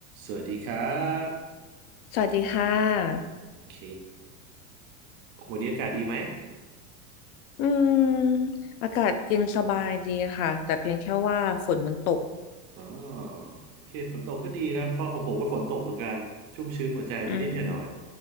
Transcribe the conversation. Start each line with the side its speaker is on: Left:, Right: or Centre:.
Right: สวัสดีครับ
Left: สวัสดีค่ะ
Right: โอเควันนี้อากาศดีไหม
Left: อืมอากาศเย็นสบายดีค่ะ แต่เพียงแค่ว่าฝนมันตก
Right: อ๋อโอเคฝนตกก็ดีครับเพราะของผมก็ฝนตกเหมือนกันชุ่มชื้นหัวใจนิดๆหน่อย
Left: อืม